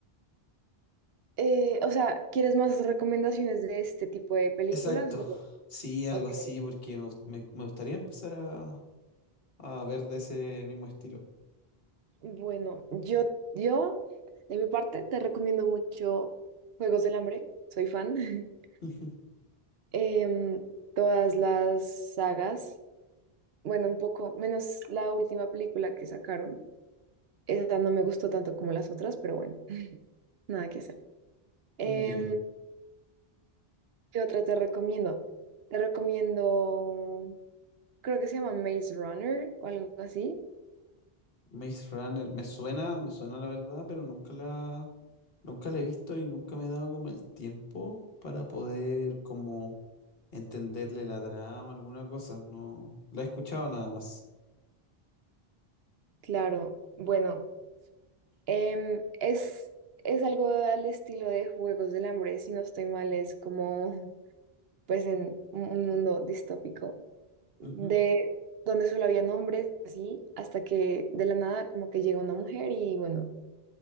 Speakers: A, on the right; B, on the left.
A: eh, o sea, ¿quieres más recomendaciones de este tipo de películas?
B: Exacto.
A: O,
B: Sí, algo
A: ok,
B: así, porque me, gust- me- me gustaría empezar a, a ver de ese mismo estilo.
A: bueno, yo, yo, de mi parte, te recomiendo mucho Juegos del Hambre, soy fan. <laughs>
B: <laughs>
A: Em, todas las sagas. Bueno, un poco menos la última película que sacaron. Esa no me gustó tanto como las otras, pero bueno, <laughs> nada que hacer. Em,
B: Mm, Ya.
A: ¿qué otra te recomiendo? Te recomiendo, creo que se llama Maze Runner o algo así.
B: Maze Runner, me suena, me suena la verdad, pero nunca la, nunca la he visto y nunca me he dado como el tiempo para poder como entenderle la trama, alguna cosa. No, la he escuchado nada más.
A: Claro, bueno, em, es, es algo al estilo de Juegos del Hambre, si no estoy mal, es como pues en un un mundo distópico, de
B: Ujú,
A: donde solo había hombres, así, hasta que de la nada como que llega una mujer y bueno.